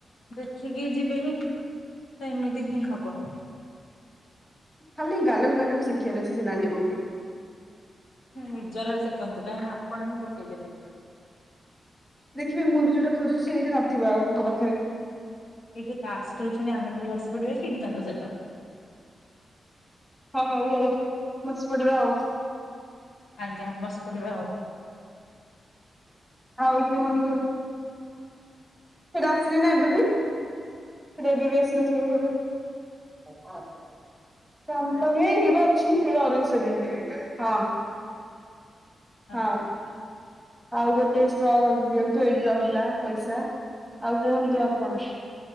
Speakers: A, on the left; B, in the centre.
A: ଦେଖିକି ଯିବେନି ତ ଏମିତି ହିଁ ହବ।
B: ଖାଲି ଗାଲକୁ ଗାଲକୁ ସେକିବାର ଅଛି ସେ ନାଣ୍ଡି ବଗୁଲି।
A: ହୁଁ ନିଜର ସେକନ୍ତୁ କାହିଁକିନା ଆପଣ ହିଁ ପକେଇ ଦେଲେ।
B: ଦେଖିବେ ମୁଁ ଏ ବି ଯୋଉଟା ଖୋଜୁଛି ଏଇଟା ନଥିବ ଆଙ୍କ ପାଖରେ।
A: ଏଇ କିଏ ତାସ୍ ଖେଳୁଛନ୍ତି ଆମେ ବି ବସି ପଡିବା କି ଏଇଠି ତାଙ୍କ ସହିତ।
B: ହଁ ହଉ ଆଉ ବସିପଡିବା ଆଉ।
A: ଆଜ୍ଞା ବସି ପଢଡିବା ଆଉ।
B: ଆଉ କୁହନ୍ତୁ। ସେଟା ଆସିଲି ନା ଏବେ ବି ସେଟା ଏବେ ବି ଆସିନଥିବ ବୋଧେ। <unintelligible> ଚାନ୍ତା
A: ଆଜ୍ଞା।
B: ନାହିଁ ହେଇ ଅଛି ଏଇ ଅରେଞ୍ଜ ହଁ।
A: ଆଜ୍ଞା।
B: ହଁ ଆଉ ଗୋଟେ ଷ୍ଟ୍ର ଦିଅନ୍ତୁ ଏଇଠି ରହିଲା ପଇସା ଆଉ କୁହନ୍ତୁ ଆପଣ।